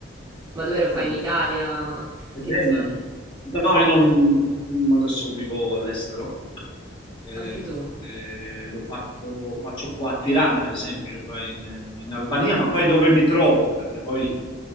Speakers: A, on the right; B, on the left.
A: Ma dove
B: Eh,
A: lo fai
B: eh,
A: in Italia? In
B: Ebbene,
A: che zone?
B: no, io non adesso vivo all'estero, eh,
A: Anche tu?
B: eh, lo faccio, faccio qua a Tirana, per esempio, qua in, in Albania, ma poi dove mi trovo? Perché poi